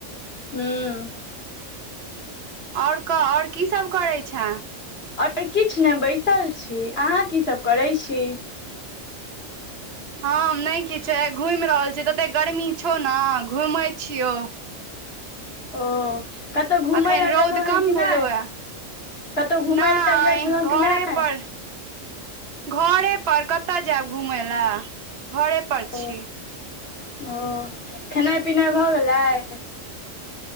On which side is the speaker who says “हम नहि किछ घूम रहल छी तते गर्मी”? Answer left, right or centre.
Right